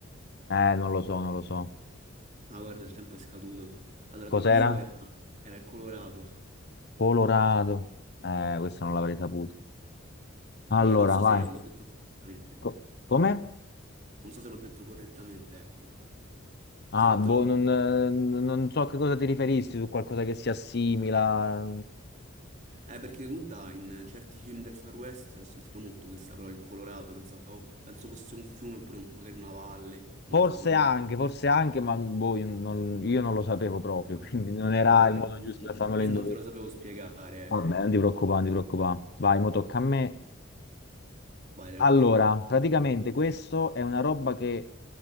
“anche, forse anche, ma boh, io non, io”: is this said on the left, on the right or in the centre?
Left